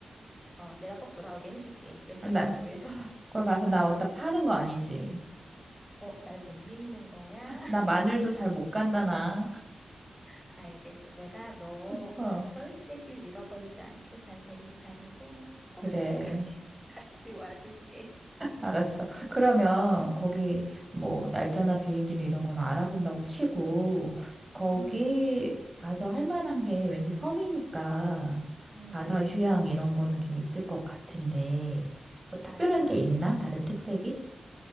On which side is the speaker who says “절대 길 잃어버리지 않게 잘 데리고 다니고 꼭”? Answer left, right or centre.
Centre